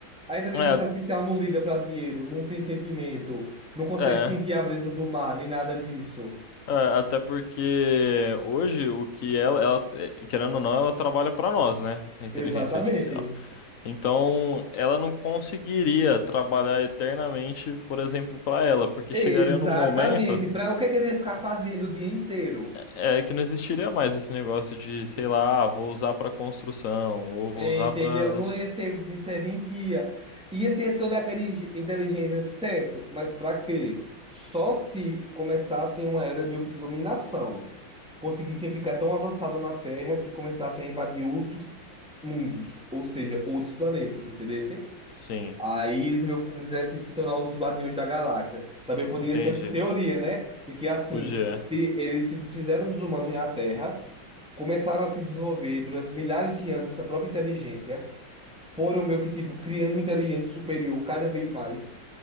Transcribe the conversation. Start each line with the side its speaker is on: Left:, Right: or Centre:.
Centre: A inteligência
Left: É,
Centre: artificial não liga para dinheiro, não tem sentimento, não consegue
Left: é,
Centre: sentir a brisa do mar, nem nada disso.
Left: é, até porque hoje o que ela, ela, eh, querendo ou não, ela trabalha para nós, né? A inteligência
Centre: Exatamente.
Left: artificial. Então, ela não conseguiria trabalhar eternamente, por exemplo, para ela, porque
Centre: Exatamente.
Left: chegaria num momento
Centre: Para o que é que ele ia ficar fazendo o dia inteiro?
Left: é é que não existiria mais esse negócio de, sei lá, ah, vou usar para construção ou vou
Centre: É,
Left: usar
Centre: Entendeu?
Left: para,
Centre: Não ia ter serventia. Ia ter toda aquela ing- inteligência, certo? Mas para quê? Só se começasse uma era meio que de dominação. conseguissem ficar tão avançado na Terra que começassem a invadir outros mundos, ou seja, outros planetas, entendesse?
Left: sim,
Centre: Aí eles meio que quisessem se tornar os Guardiões da Galáxia. Também poderia
Left: entendi.
Centre: ter essa teoria, né? De que assim,
Left: Podia,
Centre: se eles se desfizeram dos humanos na Terra, começaram a se desenvolver durante milhares de anos essa própria inteligência, foram meio que tipo criando uma inteligência superior cada vez mais,